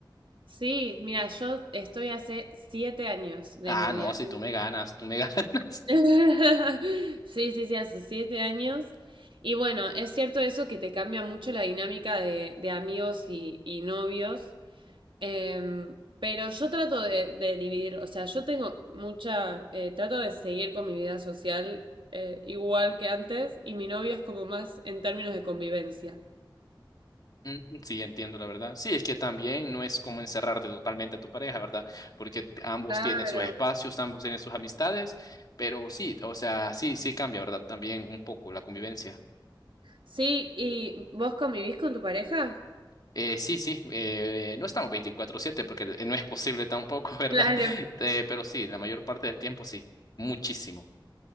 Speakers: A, on the right; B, on the left.
A: Sí, mira, yo estoy hace siete años de
B: Ah,
A: novia.
B: no, si tú me ganas, tú me <laughs> ganas.
A: <laughs> Sí, sí, sí, hace siete años. Y bueno, es cierto eso que te cambia mucho la dinámica de, de amigos y, y novios. Em, pero yo trato de, de dividir, o sea, yo tengo mucha, eh, trato de seguir con mi vida social eh, igual que antes y mi novio es como más en términos de convivencia.
B: Mm, Sí, entiendo la verdad. Sí, es que también no es como encerrarte totalmente a tu pareja, ¿verdad? Porque t- ambos
A: Claro.
B: tienen sus espacios, ambos tienen sus amistades, pero sí, o sea, sí, sí cambia, ¿verdad? También un poco la convivencia.
A: Sí, ¿y vos convivís con tu pareja?
B: Eh, sí, sí, eh, no estamos veinticuatro siete porque eh, no es posible tampoco, <laughs> ¿verdad?
A: Claro.
B: Eh, pero sí, la mayor parte del tiempo sí, muchísimo.